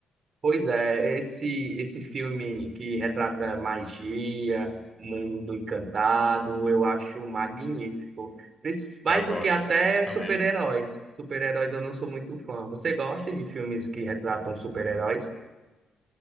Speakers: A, on the right; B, on the left.
A: Pois é, esse, esse filme que retrata magia, mundo encantado, eu acho magnífico. Pris- Mais
B: Eu gosto,
A: do que até
B: pô, também.
A: super-heróis. Super-heróis eu não sou muito fã. Você gosta de filmes que retratam super-heróis?